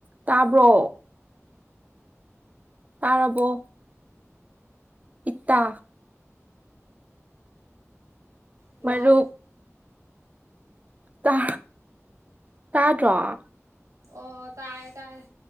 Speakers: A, on the right; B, on the right.
A: ꯇꯥꯕ꯭ꯔꯣ ꯇꯥꯔꯕꯣ ꯏꯇ
B: ꯍꯜꯂꯣ
A: ꯃꯔꯨꯞ ꯇ ꯇꯥꯗ꯭ꯔꯣ
B: ꯑꯣ ꯇꯥꯔꯦ ꯇꯥꯔꯦ